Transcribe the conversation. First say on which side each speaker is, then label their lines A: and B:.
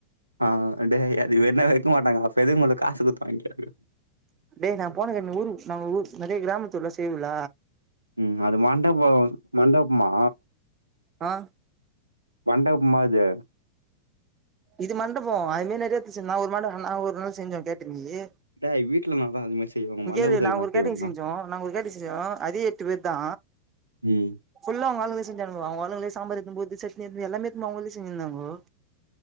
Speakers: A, on the right; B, on the right.
A: ஆ டேய் அது வேணா வைக்க மாட்டாங்கடா இப்ப எதுக்கு உங்களுக்கு காசு கொடுத்து வாங்கிக்கிறது
B: டேய் நா போன ஊர் நாங்க ஊர் நெறைய கிராமத்துல செய்னுல
A: ம் அது மண்டபோ மண்டபமா
B: ஆ
A: மண்டபமா அது
B: இது மண்டபம் அதுவே நிறைய நான் ஒரு நான் ஒரு நாள் செஞ்சே கேட்டு ஏ
A: டேய் வீட்ல நான் தான் அது மாரி செய்வாங்க
B: முகேந்
A: மண்டபத்துல
B: நாங்க
A: நான்
B: ஒரு கேட்டரிங்
A: செய்வாங்க
B: செஞ்சோ நாங்க ஒரு கேட்டரிங் செஞ்சோ அதே எட்டு பேர் தா
A: ம்.
B: ஃபுல்லா அவங்களால செஞ்ச அவங்காளுங்களே சாம்பார் எடுத்துனு போறது சட்னி எடுத்துனு எல்லாமே எடுத்துனு போய் அவங்களே செஞ்சிருந்தாங்கோ